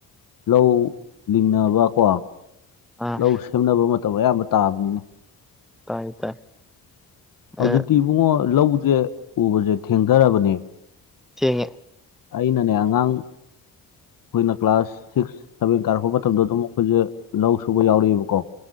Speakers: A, on the left (about 60°); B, in the centre.
A: ꯂꯧ ꯂꯤꯡꯅꯕꯀꯣ
B: ꯑꯥ
A: ꯂꯧ ꯁꯦꯝꯅꯕ ꯃꯇꯝ ꯑꯌꯥꯝꯕ ꯇꯥꯕꯅꯤꯅꯦ
B: ꯇꯥꯏꯌꯦ ꯇꯥꯏ
A: ꯍꯧꯖꯤꯛꯇꯤ
B: ꯑꯦ
A: ꯏꯕꯨꯡꯉꯣ ꯂꯧꯁꯦ ꯎꯕꯁꯦ ꯊꯦꯡꯗꯔꯕꯅꯦ
B: ꯊꯦꯡꯉꯦ
A: ꯑꯩꯅꯅꯦ ꯑꯉꯥꯡ ꯑꯩꯈꯣꯏꯅ ꯀ꯭ꯂꯥꯁ ꯁꯤꯛꯁ ꯁꯚꯦꯟ ꯀꯥꯔꯛꯄ ꯃꯇꯝꯗ ꯑꯗꯨꯝ ꯑꯩꯈꯣꯏꯁꯦ ꯂꯧ ꯁꯨꯕ ꯌꯥꯎꯔꯛꯑꯦꯕꯀꯣ